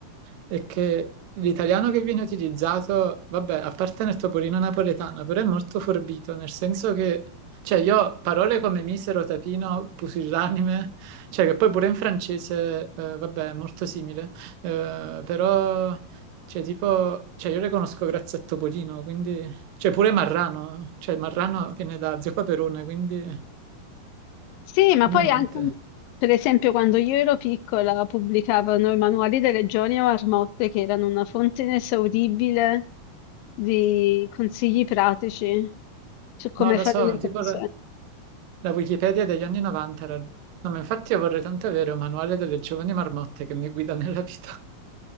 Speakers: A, on the right (about 75°); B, on the left (about 80°).
A: è che l'italiano che viene utilizzato, vabbè, a parte nel Topolino napoletano, però è molto forbito, nel senso che, cioè, io parole come misero, tapino, pusillanime, cioè che poi pure in francese, eh, vabbè, è molto simile, eh, però, cioè, tipo, cioè, io le conosco grazie a Topolino, quindi, cioè, pure Marrano, cioè, Marrano viene da Zio Paperone, quindi,
B: Sì, ma
A: quindi
B: poi
A: niente.
B: anche, un- per esempio, quando io ero piccola pubblicavano i manuali delle Regioni o Marmotte, che erano una fonte inesauribile di consigli pratici su come
A: Non lo
B: fare
A: so,
B: le
A: tipo
B: cose.
A: la la Wikipedia degli anni 90 era... No, ma infatti io vorrei tanto avere un manuale delle giovani marmotte che mi guida nella vita.